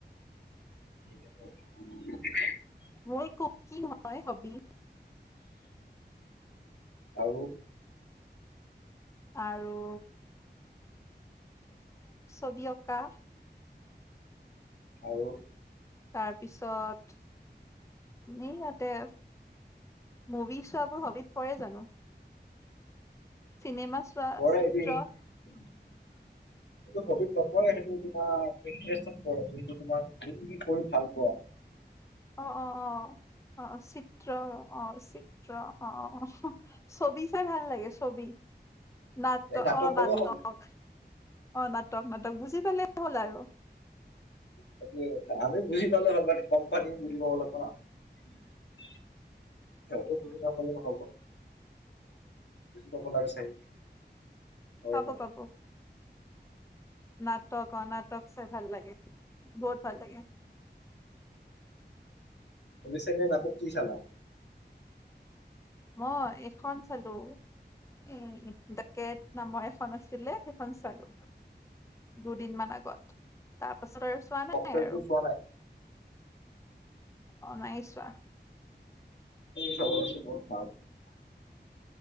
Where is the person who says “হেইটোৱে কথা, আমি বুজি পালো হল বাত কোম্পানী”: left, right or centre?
Left